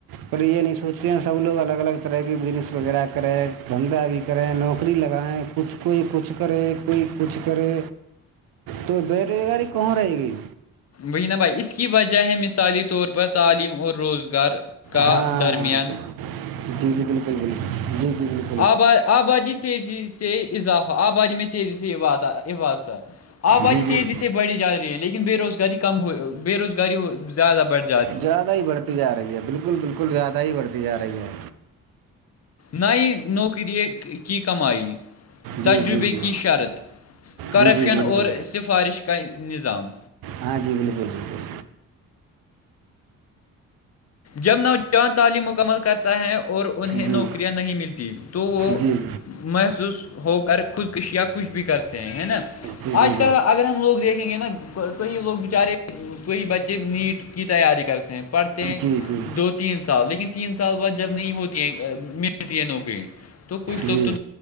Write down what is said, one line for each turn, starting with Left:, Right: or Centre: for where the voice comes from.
Right: پر یہ نہیں سوچتے ہیں سب لوگ الگ الگ طرح کے بزنس وغیرہ کریں دھندہ بھی کریں نوکری لگائیں کچھ کوئی کچھ کرے کوئی کچھ کرے تو بےیروزگاری کہاں رہے گی
Left: وہ نہہ بھائی اس کی وجہ ہے مثالی طور پر تعلیم اور روزگار کا
Right: ہاں
Left: درمیان
Right: جی جی بالکل بالکل جی جی جال
Left: آب آبادی تیزی سے اضافہ آبادی میں تیزی سےباد عبادثہ آب باداری
Right: جی
Left: تیزی
Right: جی
Left: سے بڑھی جا رہی ہے لیکن بے روزگاری کم ہو بے روزگاری ہو زیادہ بڑھ رہ
Right: زیادہ ہی بڑھتی جا رہی ہے بالکل بالکل زیادہ ہی بڑھتی جا رہی ہے
Left: نہ ہی نوکری کی کمائی تجربے
Right: جی جی جی
Left: کی شرط کرپشن
Right: جی جی بالکل
Left: اور سفارش کا نظام
Right: ہاں جی بالکل بالکل
Left: جب نوجوان تعلیم مکمل کرتا ہے اور انہیں
Right: جی
Left: نوکریاں نہیں ملتی تو وہ
Right: جی
Left: محسوس ہو کر خود کشیاں کچھ بھی کرتے ہیں ہے نا
Right: جی جی
Left: آج کل اگر اگر ہم لوگ دیکھیں گے نا کئی لوگ بیچارے کوئی بچے نیٹ کی تیاری کرتے ہیں پڑھتے ہیں
Right: جی جی جی
Left: دو تین سال لیکن تین سال بعد جب نہیں ہوتی ہے ملتی ہے نوکری تو کچھ
Right: جی
Left: لوگ تو